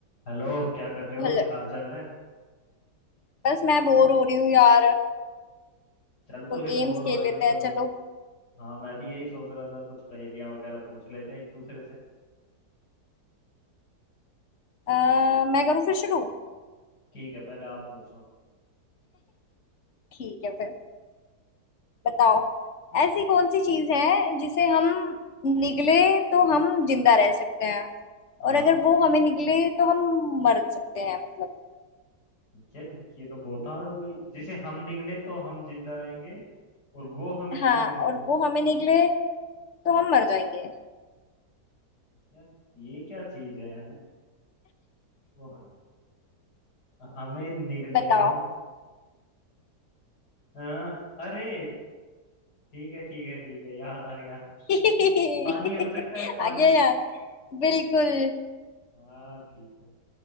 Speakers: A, on the left; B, on the left.
A: Hello क्या कर रहे हो
B: Hello
A: क्या हाल चाल है
B: बस मैं bore हो रही हूँ यार
A: चल तो
B: कोई
A: फिर
B: गेम्स
A: बोर हो
B: खेल
A: रही
B: लेते
A: है तो
B: हैं चलो
A: हाँ मैं भी यही सोच रहा था कुछ पहेलियां वगैरह पूछ लेते हैं एक दूसरे से है
B: आ,
A: ना?
B: मैं करूँ फिर शुरू
A: ठीक है पहले आप पूछो
B: ठीक है फिर बताओ ऐसी कौन सी चीज़ है जिसे हम निगले तो हम जिंदा रह सकते हैं
A: हाँ
B: और अगर वो हमें निगले तो हम मर सकते हैं मतलब
A: यार ये तो बहुत हार्ड हो गई जिसे हम निगले तो हम जिंदा रहेंगे और वो हमें निगले
B: हाँ और वो हमें निगले तो हम मर जाएंगे
A: यार ये क्या चीज है वो हमें निगले
B: बताओ
A: हमें हाँ, अरे ठीक है ठीक है ठीक है याद आ गया
B: <laughs>
A: पानी हो सकता है पानी
B: आ गया यार बिल्कुल
A: हाँ ठीक है